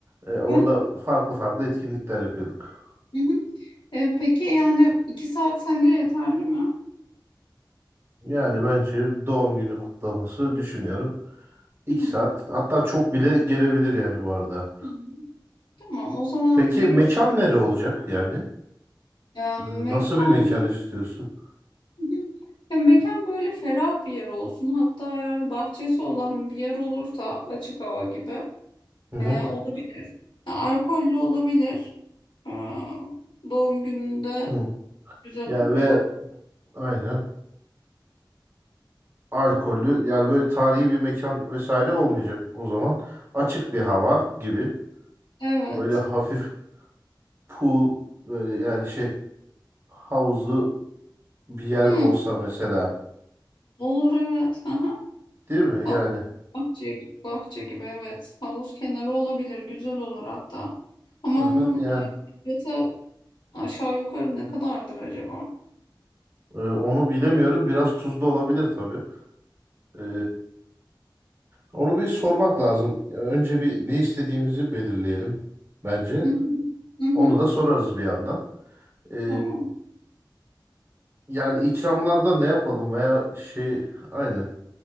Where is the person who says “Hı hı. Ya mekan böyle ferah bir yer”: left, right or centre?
Left